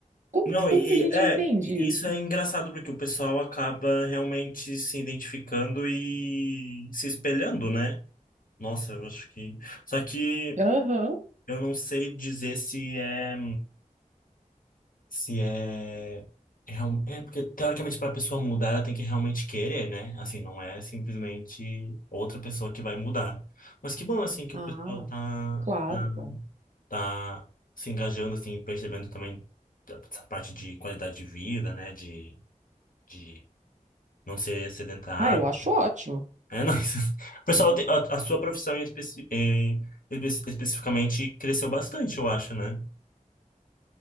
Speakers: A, on the right; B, on the left.
A: Como
B: Não,
A: que, como
B: e
A: que a gente
B: e é,
A: entende
B: e
A: isso?
B: isso é engraçado porque o pessoal acaba realmente se identificando e se espelhando, né? Nossa, eu acho que. Só que
A: Aham.
B: eu não sei dizer se é. Se é. É, real- é porque, teoricamente, para a pessoa mudar, ela tem que realmente querer, né? Assim, não é simplesmente outra pessoa que vai mudar. Mas que bom, assim, que
A: Ah,
B: o pessoal tá,
A: claro,
B: tá,
A: claro.
B: tá se engajando, assim, percebendo também essa parte de qualidade de vida, né? De, de não ser sedentário.
A: Ah, eu acho ótimo.
B: É, não. <laughs> O pessoal, tem- a, a sua profissão em especi- em- espe- especificamente cresceu bastante, eu acho, né?